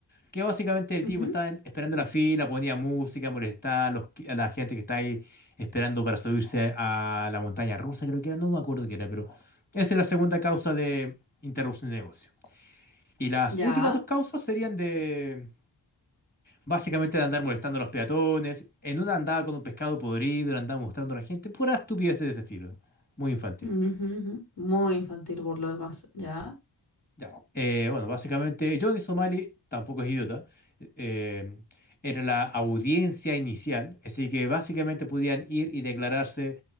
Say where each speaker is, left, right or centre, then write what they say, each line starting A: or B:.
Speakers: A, on the left; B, on the left.
A: que básicamente el
B: Ujú,
A: tipo estaba en- esperando la fila, ponía música, molestaba a, los que- a la gente que está ahí esperando para subirse a la montaña rusa, creo que era, no me acuerdo qué era, pero esa es la segunda causa de interrupción de negocio. Y las
B: Ya.
A: últimas dos causas serían de Básicamente de andar molestando a los peatones. En una andaba con un pescado podrido, le andaba mostrando a la gente. Pura estupidez de ese estilo. Muy infantil.
B: ujú, ujú. Muy infantil por lo demás. Ya,
A: Ya. Eh, bueno, básicamente Johnny Somali tampoco es idiota. eh, era la audiencia inicial, así que básicamente podían ir y declararse,